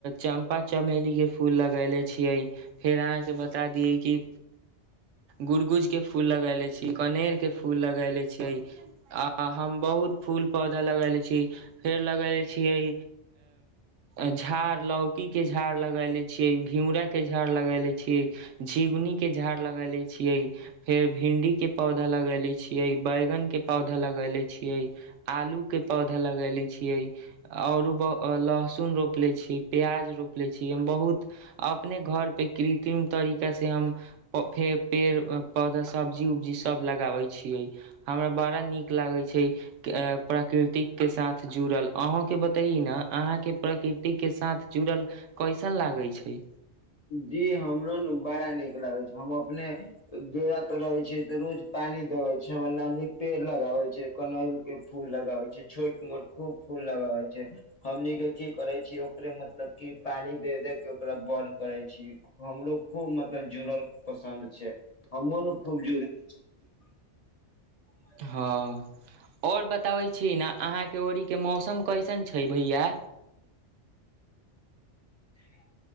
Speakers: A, on the right (about 85°); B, on the left (about 50°).
A: चं पा चमेली के फूल लगेले छियै फेर अहाँ के बता दिय कि
B: <inaudible>
A: गुुर गुज के फूल लगयले छी कनेर के फूल लगयले छीयै आ हम बहुत फूल पौधा लगयले छी फेर लगयले छीयै झाड़ ल औकी के झाड़ लगयले छीयै घिउरा के झाड़ लगयले छीयै झिंगुनी के झाड़ लगयले छियै फेर भिंडी के पौधा लगयले छियै बैगन के पौधा लगयले छियै आलू के पौधा लगयले छियै औरो लहसुन रोपले छीयै पियाज रोप ले छी बहुत अपने घर पे कृत्रिम तरीका से हम फे पेड़ पौधा सब्जी उब्जी सब लगाबै छियै हमरा बड़ा नीक लगै छै प्रकृतिक के साथ जुड़ल अहूं के बतइ न आहाँ के प्रकृतिके साथ जुड़ल कैसन लागै छै
B: जी हमरो नू बड़ा नीक लागे छै हम अपने डेरा पर रहे छियै तऽ रोज पानी देबे छै हमर नानी पेड़ लगाबै छै कनैल के फूल लगावै छै छोट मोट खूब फूल लगाबे छै हमनी के की करे छी ओकरे मतलब की पानी दे दे के ओकरा ब करै छी हमरो खूब मतलब जुड़ल पसन्द छै हमहु ने खूब जुड़े के चाहे छी <inaudible> मजा
A: हँ
B: आबै छै जुड़े।
A: और बताबै छी न अहाँके ओरीके मौसम कैसन छै भैया
B: <inaudible>